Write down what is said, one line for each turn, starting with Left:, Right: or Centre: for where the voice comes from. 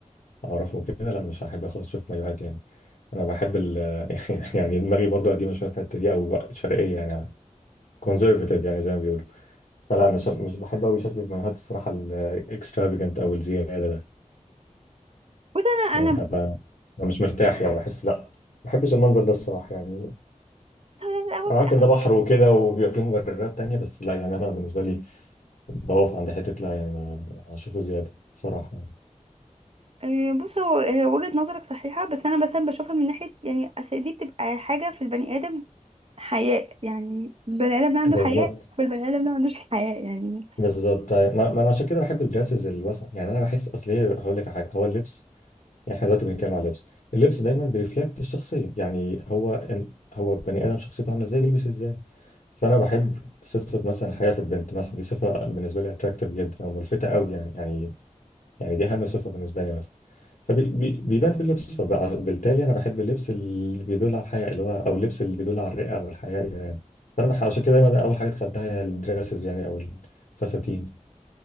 Left: اعرفه كده لا مش هحب خالص اشوف مايوهات يعني انا بحب ال <laughs> يعني دماغي برضو قديمه شويه في الحته دي او بقى شرقيه يعني كونزرفاتيف يعني زي ما بيقولوا فلا مش مش بحب قوي شكل المايوهات الصراحه الاكسترافيجنت او الزياده ده
Right: <laughs> بص انا
Left: يعني
Right: انا بص
Left: هبقى أنا مش مرتاح يعني بحس لا ما بحبش المنظر ده الصراحه يعني
Right: هو ده في الاول
Left: انا
Right: في
Left: عارف
Right: الاخر
Left: ان ده بحر وكده وبيبقى فيه مبررات تانية بس لا يعني انا بالنسبه لي بقف عند حته لا يعني ما هشوفه زياده الصراحه يعني
Right: آه، بص هو آه، وجهة نظرك صحيحة بس انا مثلا بشوفها من ناحية يعني اصل دي بتبقى حاجة في البني ادم حياء يعني البني ادم ده عنده
Left: بالظبط
Right: حياء والبني ادم ده ما عندوش حياء يعني
Left: بالظبط طيب ما ما انا عشان كده بحب الدراسز الواسعه يعني انا بحس اصل ايه هقول لك على حاجه هو اللبس يعني احنا دلوقتي بنتكلم على اللبس اللبس دايما بيرفلكت الشخصيه يعني هو إن هو بني ادم شخصيته عامله ازاي بيلبس ازاي فانا بحب صفه مثلا حياه في البنت مثلا دي صفه بالنسبه لي اتراكتيف جدا او ملفته قوي يعني يعني يعني دي اهم صفه بالنسبه لي مثلا فبيبان في اللبس فبالتالي انا بحب اللبس اللي بيدل على الحياه اللي هو او اللبس اللي بيدل على الرئه او الحياه يعني فانا بح- عشان كده دايما اول حاجه دخلتها هي الدراسز يعني او الفساتين